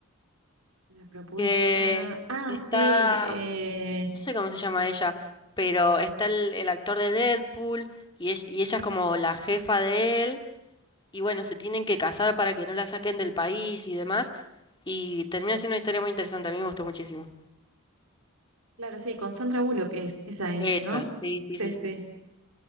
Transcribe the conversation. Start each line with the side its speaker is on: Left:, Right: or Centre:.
Right: La propuesta.
Left: Que
Right: Ah,
Left: está,
Right: sí, eh,
Left: no sé cómo se llama ella, pero está el, el actor de Deadpool y, ella- y ella es como la jefa de él. y bueno, se tienen que casar para que no la saquen del país y demás, y termina siendo una historia muy interesante, a mí me gustó muchísimo.
Right: claro, sí, con Sandra Bullock es, esa es,
Left: Esa,
Right: ¿no?
Left: sí, sí,
Right: Sí,
Left: sí,
Right: sí.
Left: sí,